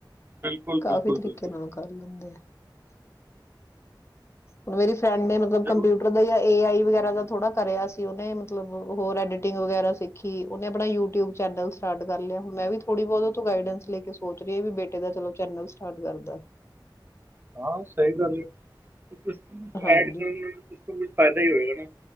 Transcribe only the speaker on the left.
ਕਾਫੀ
ਤਰੀਕੇ
ਨਾਲ ਉਹ ਕਰ ਹੁੰਦੇ ਐ। ਹੁਣ ਮੇਰੀ ਫਰੈਂਡ ਨੇ ਮਤ
ਕੰਪਿਊਟਰ ਦਾ ਯਾ ਏ ਆਈ ਵਗੈਰਾ ਦਾ ਥੋੜਾ ਕਰਿਆ ਸੀ ਉਹਨੇ, ਮਤਲਬ ਹੋਰ ਐਡੀਟਿੰਗ ਵਗੈਰਾ ਸਿੱਖੀ, ਉਹਨੇ ਆਪਣਾ ਯੂ ਟਿਊਬ ਚੈਨਲ ਸਟਾਰਟ ਕਰ ਲਿਆ। ਮੈਂ ਵੀ ਥੋੜੀ ਬਹੁਤ ਓਥੋਂ ਗਾਈਡੈਂਸ ਲੇ ਕੇ ਸੋਚ ਸੋਚ ਰਹੀ ਏ, ਬੀ ਬੇਟੇ ਦਾ ਚਲੋ ਚੈਨਲ ਸਟਾਰਟ ਕਰ ਦਾ।
ਹਾਂਜੀ